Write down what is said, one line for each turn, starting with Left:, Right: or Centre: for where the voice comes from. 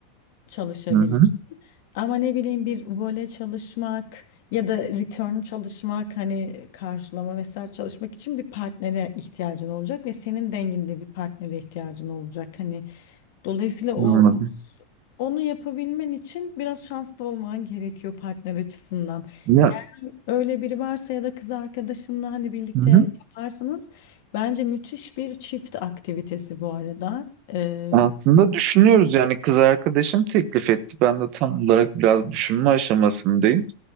Left: çalışabilirsin.
Right: Hı hı,
Left: Ama ne bileyim bir vole çalışmak ya da return çalışmak hani karşılama vesaire çalışmak için bir partnere ihtiyacın olacak ve senin denginde bir partnere ihtiyacın olacak. Hani dolayısıyla o
Right: anladım.
Left: onu yapabilmen için biraz şanslı olman gerekiyor partner açısından.
Right: Ya,
Left: Öyle biri varsa ya da kız arkadaşınla hani birlikte
Right: hı hı.
Left: yaparsanız bence müthiş bir çift aktivitesi bu arada. Ee,
Right: Aslında düşünüyoruz yani kız arkadaşım teklif etti. Ben de tam olarak biraz düşünme aşamasındayım.